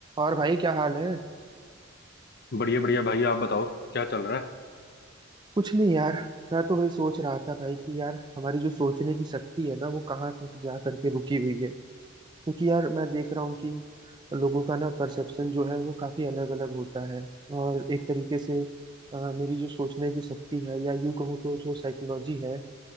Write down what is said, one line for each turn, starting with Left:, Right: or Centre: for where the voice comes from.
Right: और भाई क्या हाल है
Left: बढ़िया बढ़िया भाई आप बताओ क्या चल रहा है
Right: कुछ नहीं यार मैं तो वही सोच रहा था भाई कि यार हमारी जो सोचने की शक्ति है ना वो कहाँ तक जा करके रुकी हुई है क्योंकि यार मैं देख रहा हूँ कि लोगों का ना परसेप्शन जो है वो काफी अलग अलग होता है और एक तरीके से अ, मेरी जो सोचने की शक्ति है या यूं कहूँ तो जो साइकोलॉजी है